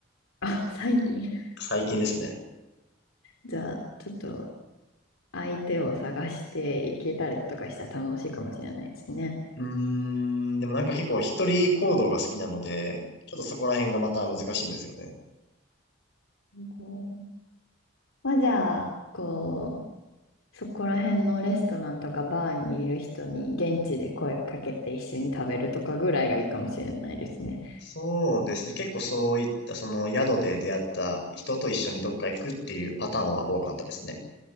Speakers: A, on the left; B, on the left.
A: あ、最近。<laughs>
B: 最近ですね。
A: じゃあ、ちょっと相手を探していけたりとかしたら楽しいかもしれないですね。
B: うーん、でもなんか結構一人行動が好きなので、ちょっとそこら辺がまた難しいんですよね。
A: こうまあ、じゃあ、こう、そこら辺のレストランとかバーにいる人に現地で声かけて一緒に食べるとかぐらいがいいかもしれないですね。
B: そうですね。結構そういったその宿で出会った人と一緒にどっか行くっていうパターンは多かったですね。